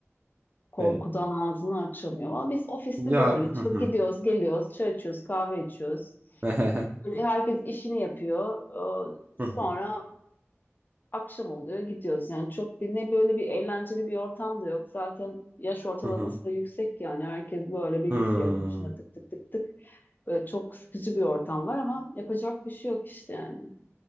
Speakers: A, on the left; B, on the right.
A: Korkudan
B: Hey.
A: ağzını açamıyor. Ama biz ofiste
B: Ya
A: böyle
B: hı
A: çıl-
B: hı.
A: gidiyoruz, geliyoruz, çay içiyoruz, kahve içiyoruz.
B: <laughs>
A: Herkes işini yapıyor. Ee, Sonra
B: Hı hı. Hı hı.
A: akşam oluyor gidiyoruz. Yani çok bir ne böyle bir eğlenceli bir ortam da yok. Zaten yaş ortalaması
B: Hı hı.
A: da yüksek yani herkes böyle bilgisayarın
B: Hı.
A: başında tık tık tık tık. Böyle çok sıkıcı bir ortam var ama yapacak bir şey yok işte yani.